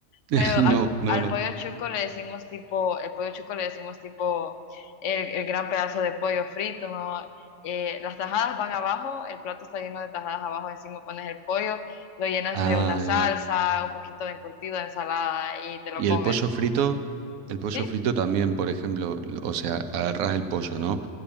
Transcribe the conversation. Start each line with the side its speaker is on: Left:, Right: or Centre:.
Right: <laughs>
Left: Pero al,
Right: no, no,
Left: al
Right: no.
Left: pollo chuco le decimos tipo, el pollo chuco le decimos tipo el, el gran pedazo de pollo frito, ¿no? Eh, las tajadas van abajo, el plato está lleno de tajadas abajo, encima pones el pollo, lo llenas
Right: Ah,
Left: de una salsa,
Right: ahí va.
Left: un poquito de encurtido, de ensalada y te lo
Right: Y
Left: comes.
Right: el pollo frito, el pollo
Left: ¿Sí?
Right: frito también, por ejemplo, lo- o sea, agarrás el pollo, ¿no?